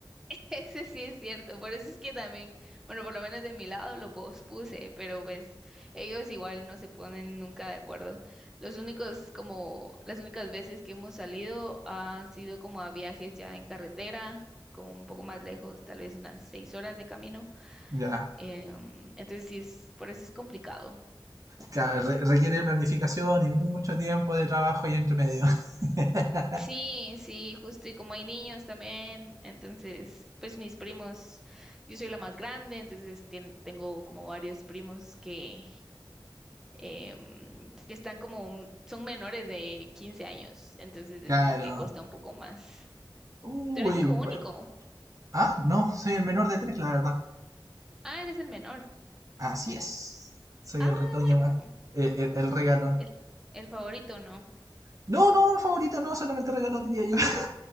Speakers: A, in the centre; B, on the right.
A: Ese sí es cierto, por eso es que también, bueno, por lo menos de mi lado lo pospuse, pero pues ellos igual no se ponen nunca de acuerdo. Los únicos, como las únicas veces que hemos salido han sido como a viajes ya en carretera, como un poco más lejos, tal vez unas seis horas de camino.
B: Ya,
A: Em, entonces sí es, por eso es complicado.
B: claro, re- requiere planificación y mucho tiempo de trabajo ahí entre medio. <laughs>
A: Sí, sí, justo, y como hay niños también, entonces, pues mis primos, yo soy la más grande, entonces tien- tengo como varios primos que em, que están como, son menores de 15 años, entonces
B: Claro.
A: es como que cuesta un poco más.
B: Uy,
A: Tú eres hijo
B: bu-
A: único.
B: ah, no, soy el menor de tres, la verdad.
A: Ah, eres el menor.
B: Así es. Soy
A: Ah,
B: el retoño
A: bueno,
B: más, e- e- el, regalón.
A: el, el favorito no.
B: No, no, favorito no, solamente regalón diría yo. <laughs>